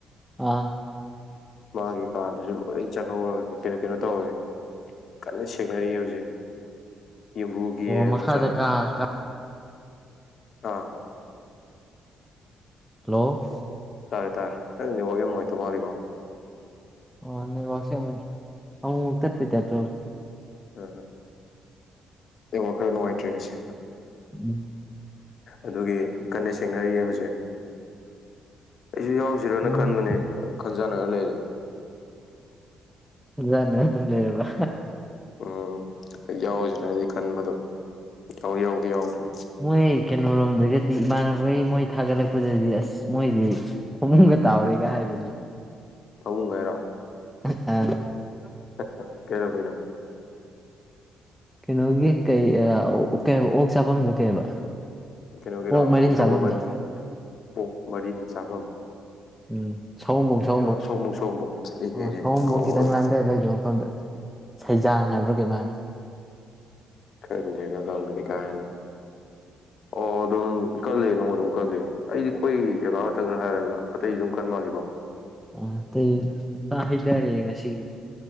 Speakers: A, in the centre; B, on the left.
A: ꯑꯥ
B: ꯃꯥꯒꯤ ꯀꯥꯗꯨꯁꯨ ꯂꯣꯏ ꯆꯪꯍꯧꯔꯒ ꯀꯩꯅꯣ ꯀꯩꯅꯣ ꯇꯧꯍꯧꯔꯦ ꯀꯟꯅ ꯁꯦꯡ ꯊꯦꯡꯅꯔꯤꯌꯦ ꯍꯧꯖꯤꯛ꯫ ꯌꯨꯝꯕꯨꯒꯤ
A: ꯑꯣ ꯃꯈꯥꯗ
B: ꯃꯁ
A: ꯀꯥ ꯀꯥ
B: ꯑꯥ
A: ꯍꯜꯂꯣ
B: ꯇꯥꯔꯦ ꯇꯥꯔꯦ ꯅꯪ ꯅꯦꯠꯋꯥꯛ ꯌꯥꯝ ꯅꯨꯡꯉꯥꯏꯇ ꯃꯥꯥꯜꯂꯤꯀꯣ?
A: ꯑꯣ ꯅꯦꯠꯋꯥꯛꯁꯦ ꯎꯝ ꯑꯃꯨꯃꯨꯛ ꯇꯠꯄꯩ ꯇꯥꯏꯞ ꯇꯧꯋꯦ꯫
B: ꯑ ꯅꯦꯠꯋꯥꯔꯛ ꯈꯔ ꯅꯨꯡꯉꯥꯏꯇ꯭ꯔꯦ ꯉꯁꯤ꯫
A: ꯎꯝ
B: ꯑꯗꯨꯒꯤ ꯀꯟꯅ ꯁꯦꯡꯅꯔꯤꯌꯦ ꯍꯧꯖꯤꯛ ꯑꯩꯖꯨ ꯌꯥꯎꯁꯤꯔꯅ
A: ꯎꯝ
B: ꯈꯟꯕꯅꯦ ꯈꯟꯖꯥꯅꯔ ꯂꯩꯔꯦ꯫
A: ꯈꯟꯖꯥꯟꯅꯔ ꯑꯗꯨꯝ ꯂꯩꯔꯕ?
B: ꯎꯝ ꯌꯥꯎꯖꯤꯔ ꯍꯥꯏꯗꯤ ꯈꯟꯕ ꯑꯗꯣ ꯌꯥꯎ ꯌꯥꯎꯗꯤ ꯌꯥꯎꯗ꯭ꯔꯦ꯫
A: ꯃꯣꯏ ꯀꯩꯅꯔꯣꯝꯗꯒꯗꯤ ꯏꯃꯥꯟꯅꯕꯣꯏ ꯃꯣꯏ ꯊꯥꯒꯠꯂꯛꯄꯗꯗꯤ ꯑꯁ ꯃꯣꯏꯗꯤ ꯐꯃꯨꯡꯒ ꯇꯥꯎꯔꯦꯒ ꯍꯥꯏꯕꯅꯤꯅꯦ꯫
B: ꯐꯃꯨꯡ ꯍꯥꯏꯔꯣ?
A: ꯑ
B: ꯍꯥꯍꯥ ꯀꯩꯂꯝꯒꯤꯅꯣ?
A: ꯀꯩꯅꯣꯒꯤ ꯀꯩ ꯑ ꯑꯣꯛ ꯀꯩ ꯍꯥꯏꯕ ꯑꯣꯛ ꯆꯥꯐꯝꯗꯣ ꯀꯩꯕ?
B: ꯀꯩꯅꯣꯒꯤꯔꯣ
A: ꯑꯣꯛ ꯃꯔꯤꯟ
B: ꯁꯤ ꯁꯒꯣꯃꯟ
A: ꯆꯥꯐꯝꯗꯣ
B: ꯄꯣꯛ ꯃꯔꯤꯟ ꯆꯥꯚꯝ꯫
A: ꯎꯝ ꯁꯋꯣꯝꯕꯨꯡ ꯁꯋꯣꯝꯕꯨꯡ
B: ꯁꯣꯝꯕꯨꯡ ꯁꯣꯝꯕꯨꯡ ꯑꯦ
A: ꯑꯥ ꯁꯋꯣꯝꯕꯨꯡ
B: ꯀꯥꯎꯔꯦ
A: ꯈꯤꯇꯪ ꯂꯥꯟꯊ ꯂꯩꯕ ꯃꯐꯝꯗ ꯁꯩꯖꯥꯡ ꯍꯥꯏꯕ꯭ꯔꯥ ꯀꯩꯝ ꯍꯥꯏꯝꯅꯤ
B: ꯈꯪꯗꯔꯦꯗ ꯂꯝꯒꯗꯤ ꯀꯩ ꯍꯥꯏꯅꯣ ꯑꯣ ꯑꯗꯨꯝ ꯀꯜꯂꯤ ꯅꯣꯡ ꯑꯗꯨꯝ ꯀꯜꯂꯤ꯫ ꯑꯩꯗꯤꯈꯣꯏ ꯖꯒꯥ ꯉꯥꯛꯇꯪꯔ ꯍꯥꯏꯔꯒ꯫ ꯑꯇꯩ ꯑꯗꯨꯝ ꯀꯟ ꯃꯥꯜꯂꯤꯀꯣ?
A: ꯑ ꯑꯇꯩ ꯄꯨꯔꯥ ꯍꯩꯗꯔꯦꯌꯦ ꯉꯁꯤꯒꯤ꯫